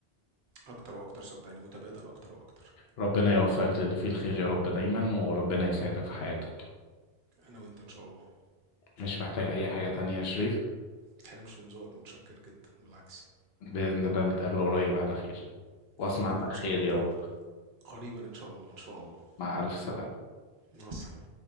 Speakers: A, on the right (about 75°); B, on the left (about 75°).
A: اكتر واكتر صدقني متبادل اكتر واكتر
B: ربنا يوفقك للي فيه الخير يا رب دايما وربنا يسعدك في حياتك
A: انا وانت ان شاء الله
B: مش محتاج أي حاجة تانية يا شريف
A: متحرمش من ذوقك متشكر جدا بالعكس
B: بإذن الله نتقابل قريب على خير وأسمع
A: قريبا
B: عنك
A: ان
B: خير
A: شاء الله نتقابل
B: يا رب
A: قريبا ان شاء الله ان شاء الله
B: مع ألف سلامة
A: مع السلامه